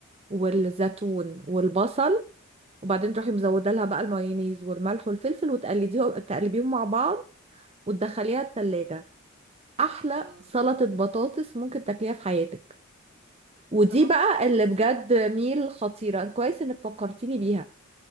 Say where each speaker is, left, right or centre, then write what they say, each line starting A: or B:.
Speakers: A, on the right; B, on the right.
A: والزيتون والبصل وبعدين تروحي مزوده لها بقى المايونيز والملح والفلفل وتقلديهم تقلبيهم مع بعض وتدخليها التلاجة احلى
B: اه
A: سلطة بطاطس ممكن تاكليها في حياتك ودي
B: طب اهو
A: بقى
B: شفت
A: اللي بجد ميل خطيرة كويس انك فكرتيني بيها